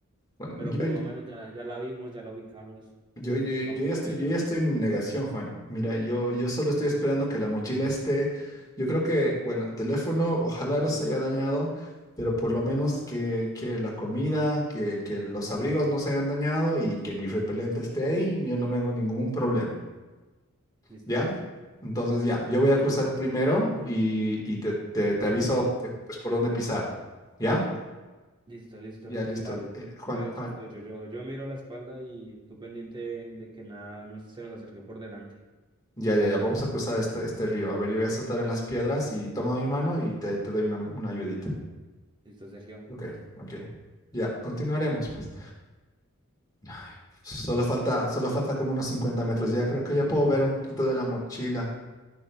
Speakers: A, on the left (about 15°); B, on the right (about 20°).
A: Bueno,
B: Pero
A: yo,
B: por lo menos ya, ya la vimos, ya la ubicamos.
A: Yo,
B: Entonces,
A: yo,
B: vamos
A: yo ya
B: por
A: estoy,
B: ella.
A: yo ya estoy en negación, Juan. Mira, yo, yo solo estoy esperando que la mochila esté. Yo creo que, bueno, el teléfono ojalá no se haya dañado, pero por lo menos que, que la comida, que, que los abrigos no se hayan dañado y que mi repelente esté ahí, yo no me hago ningún problema.
B: Listo,
A: ¿Ya?
B: listo.
A: Entonces ya, yo voy a cruzar primero y, y te, te, te aviso eh, pues, por dónde pisar. ¿Ya?
B: Listo, listo,
A: Ya, listo.
B: dale.
A: Eh, Juan,
B: Voy detrás
A: Juan.
B: tuyo. Yo, yo miro la espalda y tú pendiente de que nada nos, se nos acerque por delante.
A: Ya, ya, ya, vamos a cruzar este, este río. A ver, yo voy a saltar en las piedras y toma mi mano y te, te doy una, una ayudita.
B: Listo, Sergio.
A: Ok, ok. Ya, continuaremos, pues. Ay, solo falta, solo falta como unos 50 metros. Ya creo que ya puedo ver un poquito de la mochila.